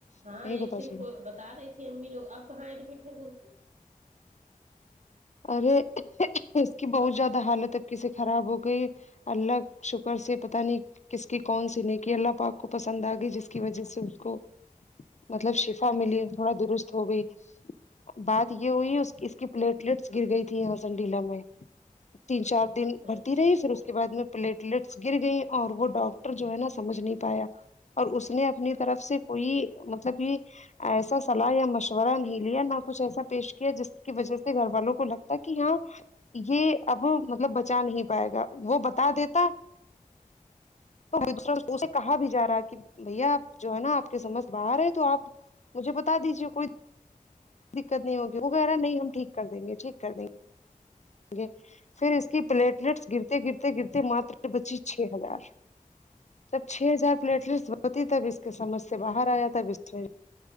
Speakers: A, on the right; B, on the left.
A: ہاں
B: نہیں
A: ایک
B: پتا
A: دن
B: چلا
A: کو بتا رہی تھی امی لوگ اب کہاں ایڈمٹ ہو گئی
B: ارے اس کی بہت
A: اب
B: زیادہ
A: خوش
B: حالت اب کیسے خراب ہو گئی اللہ ک شکر سے پتہ نہیں کس کی کون سی نیکی اللہ پاک کو پسند آ گئی جس کی وجہ سے اس کو مطلب شفا ملی تھوڑا درست ہو گئی بات یہ ہوئی اس اس کی پلیٹ ٹس گر گئی تھی یہاں سنڈیلا میں تین چار دن
A: اچھا
B: بھرتی رہی فھر اس کے بعد میں پلیٹلیٹس گر گئیں اور وہ ڈاکٹر جو ہے نا سمجھ نہیں پایا اور اس نے اپنی طرف سے کوئی
A: ہ
B: مطلب یہ ایسا صلاح یا مشورہ نہیں لیا نہ کچھ ایسا پیش کیا جس کی وجہ سے سے گھر والوں کو لگتا کہ ہاں یہ اب مطلب بچا نہیں پائے گا وہ بتا دیتا تو ایک دوسرا اسے کہا بھی جا رہا ہے کہ بھیا آپ جو ہے نا آپ کے سمجھ باہر ہے تو آپ مجھے بتا دیجیے کوئی دقت نہیں ہوگی وغیرہ نہیں ہم ٹھیک کر دیں گے ٹھیک کر دیں گے پھر اس کی پلیٹلیٹس گرتے گرتے گرتے ماتر بچی چھ ہزار جب چھ ہزار پلیٹلیسٹ ہوتی تب اس کے سمجھ سے باہر آیا تب اس نے